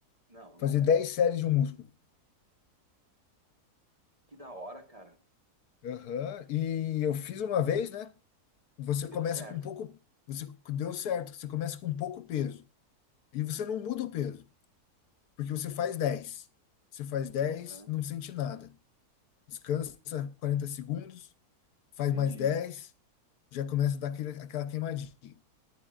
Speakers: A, on the right; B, on the left.
A: Não,
B: Fazer
A: não é.
B: 10 séries de um músculo.
A: Que da hora, cara.
B: Aham. E eu fiz uma vez, né? você
A: E deu
B: começa
A: certo.
B: com pouco, você deu certo, você começa com pouco peso e você não muda o peso, porque você faz dez Você faz dez
A: Aham.
B: não sente nada. Descansa 40 segundos, faz
A: Entendi.
B: mais dez já começa a dar aquele, aquela queimadinha.